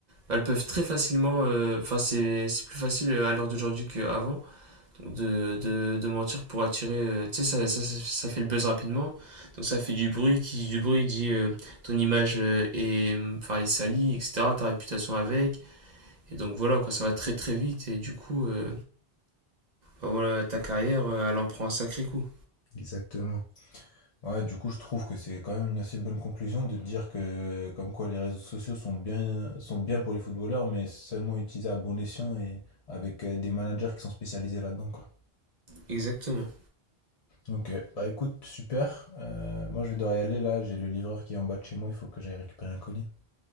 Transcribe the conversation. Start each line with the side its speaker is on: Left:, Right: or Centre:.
Right: elles peuvent très facilement, euh, enfin c'est c'est plus facile à l'heure d'aujourd'hui qu'avant donc de, de, de mentir pour attirer, euh, tu sais ça, ça, ça, ça fait le buzz rapidement, donc ça fait du bruit, qui dit du bruit dit euh, ton image euh, est, enfin, est salie, etc., ta réputation avec, et donc voilà quoi, ça va très très vite et du coup, euh, bah voilà, ta carrière, euh, elle en prend un sacré coup.
Left: Exactement. Ouais, du coup, je trouve que c'est quand même une assez bonne conclusion de dire que, comme quoi, les réseaux sociaux sont bien, sont bien pour les footballeurs, mais seulement utilisés à bon escient et avec euh, des managers qui sont spécialisés là-dedans, quoi.
Right: Exactement.
Left: Ok, bah écoute, super. Euh, moi, je vais devoir y aller là, j'ai le livreur qui est en bas de chez moi, il faut que j'aille récupérer un colis.